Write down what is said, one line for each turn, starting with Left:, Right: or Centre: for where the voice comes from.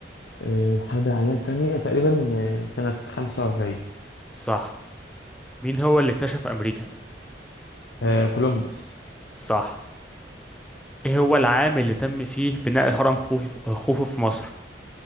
Left: آه الحرب العالمية التانية تقريبا آه سنة 45
Centre: صح مين هو اللي اكتشف امريكا
Left: آه كولومبوس
Centre: صح ايه هو العام اللي تم فيه بناء هرم خوفو خوفو في مصر